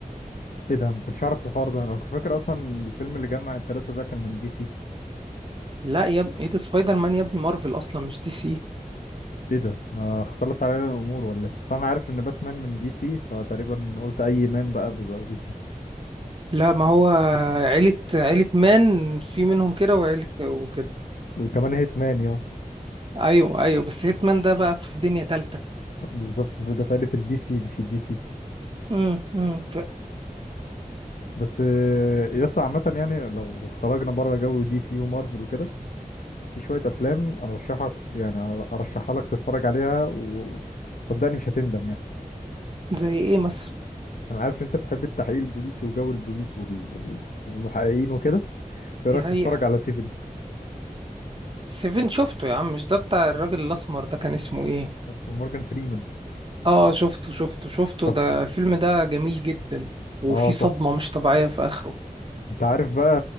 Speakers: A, on the left; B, on the right.
A: ايه ده ما كنتش اعرف الحوار ده انا كنت فاكر اصلا الفيلم اللي جمع التلاتة ده كان من دي سي
B: لا يا ابني ايه ده سبايدر مان يا ابني مارفل اصلا مش دي سي
A: ايه ده ما اختلط علينا الامور ولا ايه بس انا عارف ان باتمان من دي سي فتقريبا قلت اي مان بقى بيبقى دي سي
B: لا ما هو عيلة عيلة مان في منهم كده وعيلة وكده
A: وكمان هيت مان يا
B: ايوه ايوه بس هيتمان ده بقى في دنيا تالتة
A: بالظبط ده فائدة البي سي مش الدي سي
B: امم امم ف-
A: بس آه، يا اسطى عامة يعني لو خرجنا بره جو دي سي ومارفل وكده في شوية أفلام أرشحك يعني أرشحها لك تتفرج عليها و- وصدقني مش هتندم يعني
B: زي ايه مثلا
A: أنا عارف إن أنت بتحب التحقيق البوليسي وجو البوليس وال- وال- والمحققين وكده ايه رايك
B: دي حقيقة
A: تتفرج على 7
B: سيفن شفته يا عم مش ده بتاع الراجل الاسمر ده كان اسمه ايه
A: مورجان فريمان
B: اه شفته شفته شفته
A: طب
B: ده الفيلم ده جميل جدا وفي
A: اه
B: صدمة
A: تحفه
B: مش طبيعية في اخره
A: انت عارف بقى